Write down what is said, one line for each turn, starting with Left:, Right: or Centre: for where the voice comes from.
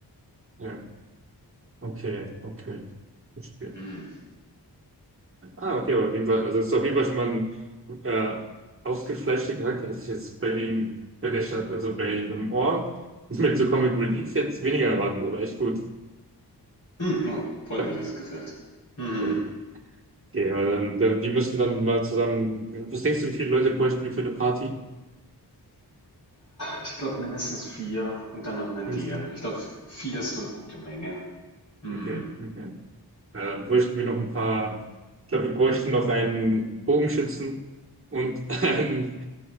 Right: Ja, okay, okay. Verstehe.
Left: Mhm.
Right: Ah, okay, aber auf jeden Fall, also es ist auf jeden Fall schon mal ein äh, ausgefleischter Charakter, hätte ich jetzt bei dem, bei der Stadt, also bei dem Ort <laughs> mit so Comic Relief jetzt weniger erwartet, aber echt gut.
Left: Hm, ja, freut
Right: Ja,
Left: mich, dass es gefällt. Mhm.
Right: Okay, aber dann, dann, die müssten dann mal zusammen, was denkst du, wie viele Leute bräuchten wir für eine Party?
Left: Ich glaube mindestens 4 und dann noch 'nen
Right: Mist.
Left: DM. Ich glaube, 4 ist so eine gute Menge. Mhm.
Right: Okay, okay. Äh, bräuchten wir noch ein paar, ich glaube, wir bräuchten noch einen Bogenschützen und <laughs> einen,